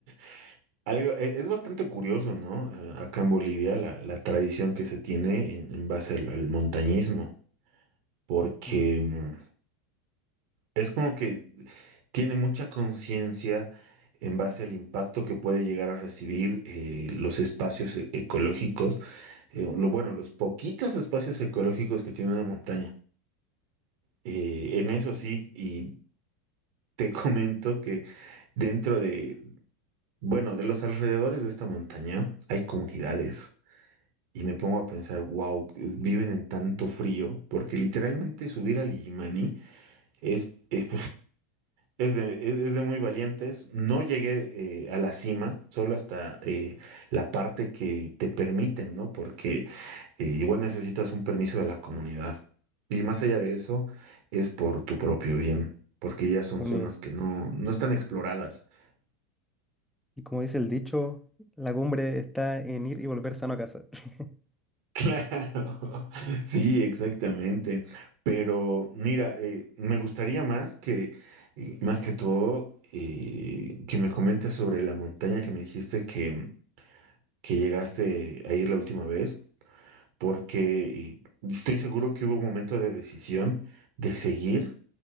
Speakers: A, on the right; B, in the centre.
A: <laughs> algo, e- es bastante curioso, ¿no? Eh, Acá en Bolivia, la, la tradición que se tiene en, en base al al montañismo. porque
B: ¿Mm?
A: mm, es como que tiene mucha conciencia en base al impacto que puede llegar a recibir eh, los espacios e- ecológicos, eh, lo bueno, los poquitos espacios ecológicos que tiene una montaña. Eh, en eso sí, y te <laughs> comento que dentro de, bueno, de los alrededores de esta montaña hay comunidades. Y me pongo a pensar, wow, viven en tanto frío, porque literalmente subir al Illimani es, es Es de, es es de muy valientes. No llegué eh, a la cima, solo hasta eh, la parte que te permiten, ¿no? Porque eh, igual necesitas un permiso de la comunidad. Y más allá de eso, es por tu propio bien, porque ya son
B: Unido.
A: zonas que no, no están exploradas. <laughs>
B: Y como dice el dicho, la cumbre está en ir y volver sano a casa. <laughs>
A: Claro, sí, exactamente. Pero mira, eh, me gustaría más que, eh, más que todo, eh, que me comentes sobre la montaña que me dijiste que que llegaste a ir la última vez, porque estoy seguro que hubo un momento de decisión de seguir